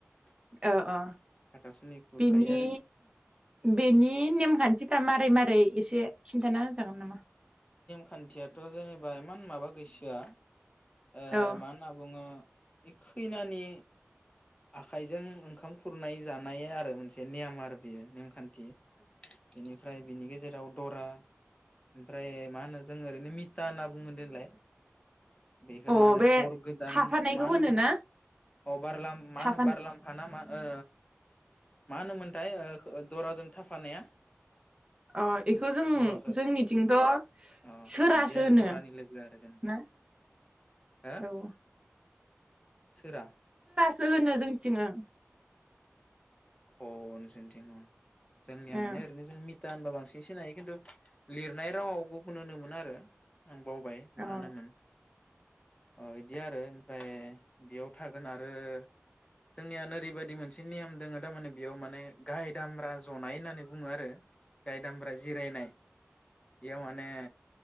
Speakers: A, on the left; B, on the right.
A: हाथासुनि
B: अ अ
A: खुरखायो
B: बेनि
A: आरो
B: बेनि नेमखान्थिफ्रा मारै मारै एसे खिन्थाना होजागोन नामा?
A: खान्थियाथ' जेनेबा इमान माबा गैसोआ ओ
B: औ
A: मा होनना बुङो खैनानि आखाइजों ओंखाम खुरनाय जानाय आरो मोनसे नेयाम आरो बेयो नेमखान्थ थि एनि फ्राय बिनि गेजेराव दरा ओमफ्राय मा होनो जों ओरैनो मिता होनना बुङो देलाय बेखौ
B: ओं
A: मा होनो
B: अ बे
A: बर गोदान
B: थाफानायखौ
A: मा होनोमोनथाय
B: होनो ना
A: अ बारलाम माहोनो
B: थाफानाय
A: बारलांमफाना मा ओ माहोनोमोनथाय ओ दराजों थाफानाया?
B: अ इखौ जों
A: हौवाखो
B: जोंनिथिंथ'
A: अ
B: सोरासो
A: बिदि आरो
B: होनो
A: दरानि लोगो आरो जेनेबा
B: ना
A: हो
B: औ
A: सोरा
B: सो होनो जोंथिनो ओं
A: अ नोंसोरनिन्थिं अ जोंनिया
B: ओं
A: माने ओरैनो जों मि था होनबा बांसिन सिनायो खिन्थु लिरनाय रावाव गुबुन होनोमोन आरो आं बावबाय माहोनोमोन
B: औ
A: अ इदि आरो ओमफ्राय बेयाव थागोन आरो जोंनिया नोरैबायदि मोनसे नेयोम दोङो थारमाने बेयाव माने गाय दामब्रा जनाय होननानै बुङो आरो गाय दामब्रा जिरायनाय एयाव माने